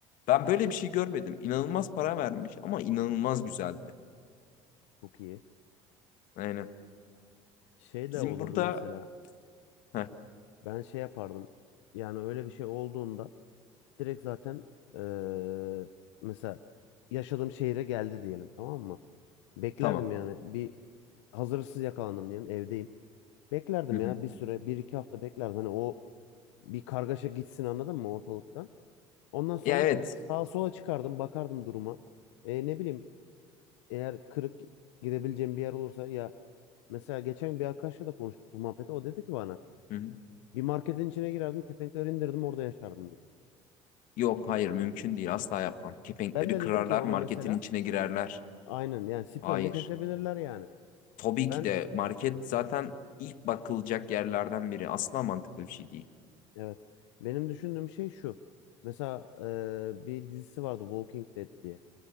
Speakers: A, on the left; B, on the left.
A: Ben böyle bir şey görmedim. İnanılmaz para vermiş ama inanılmaz güzeldi.
B: çok iyi.
A: Aynen.
B: Şey de
A: Bizim
B: olurdu
A: burada...
B: mesela
A: Heh,
B: ben şey yapardım. Yani öyle bir şey olduğunda direkt zaten eee, mesela yaşadığım şehre geldi diyelim tamam mı? Beklerdim
A: tamam.
B: yani bir hazırsız yakalandım diyelim evdeyim. Beklerdim
A: Hı hı.
B: ya bir süre bir iki hafta beklerdim. Hani o bir kargaşa gitsin anladın mı ortalıkta? Ondan sonra
A: Ya evet.
B: sağa sola çıkardım, bakardım duruma. E, ne bileyim eğer kırık gidebileceğim bir yer olursa ya mesela geçen bir arkadaşla da konuştuk bu muhabbeti. O dedi ki bana
A: Hı hı.
B: bir marketin içine girerdim, kepenkleri indirdim orada yaşardım dedi.
A: Yok hayır mümkün değil. Asla yapmam. Kepenkleri
B: Ben de
A: kırarlar.
B: dedim ki ona
A: Marketin
B: mesela
A: içine girerler.
B: aynen yani spiralle
A: Hayır.
B: kesebilirler yani.
A: Tabii
B: Ben
A: ki de market zaten ilk bakılacak yerlerden biri. Asla mantıklı bir şey değil.
B: evet benim düşündüğüm şey şu. Mesela e, bir dizisi vardı Walking Dead diye.